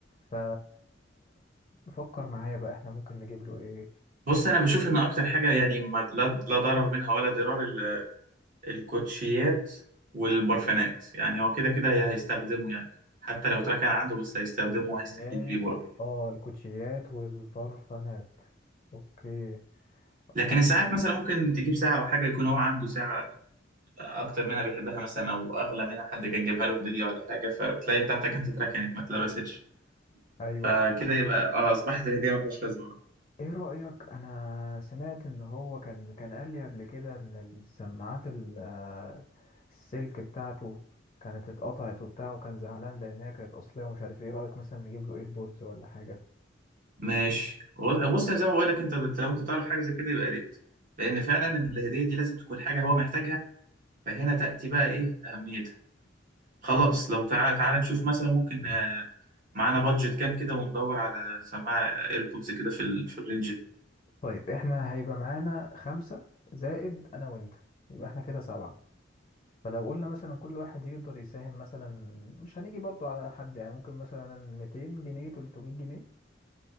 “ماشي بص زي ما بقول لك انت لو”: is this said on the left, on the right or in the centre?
Right